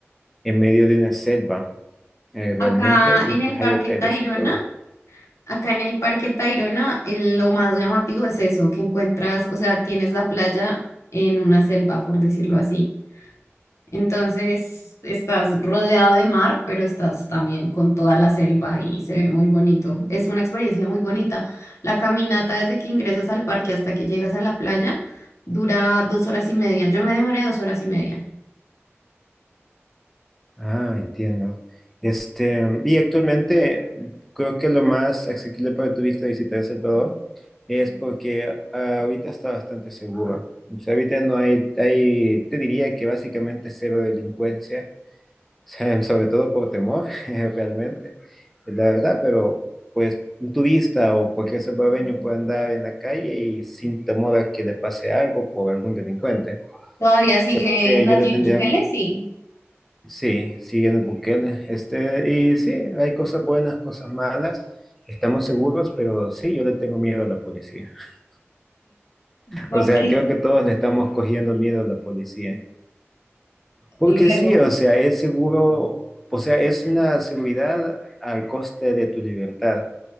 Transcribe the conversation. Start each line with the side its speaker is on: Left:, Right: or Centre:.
Centre: en medio de una selva eh, realmente.
Left: Acá
Centre: Y
Left: en
Centre: pues
Left: el Parque
Centre: hay hoteles
Left: Tayrona,
Centre: y todo.
Left: acá en el Parque Tayrona, el- lo más llamativo es eso, que encuentras, o sea, tienes la playa en una selva, por decirlo así. Entonces estás rodeado de mar, pero estás también con toda la selva y se ve muy bonito. Es una experiencia muy bonita. La caminata desde que ingresas al parque hasta que llegas a la playa dura dos horas y media. Yo me demoré dos horas y media.
Centre: Ah, entiendo. Este, y actualmente creo que lo más asequible para turista visitar El Salvador es porque ah, ahorita está bastante seguro. O sea, ahorita no hay, hay, te diría que básicamente cero delincuencia, <laughs> o sea, sobre todo por temor, <laughs> realmente, es la verdad, pero pues un turista o cualquier salvadoreño puede andar en la calle y sin temor a que le pase algo por algún delincuente.
Left: Todavía sigue
Centre: Creo que
Left: Nayib
Centre: yo le tendría
Left: Bukele, sí.
Centre: Sí, siguiendo Bukele. Este, y sí, hay cosas buenas, cosas malas. Estamos seguros, pero sí, yo le tengo miedo a la policía. <laughs>
Left: ¿Por
Centre: O sea,
Left: qué?
Centre: creo que todos le estamos cogiendo miedo a la policía. Porque
Left: Luego.
Centre: sí, o sea, es seguro, o sea, es una seguridad al coste de tu libertad.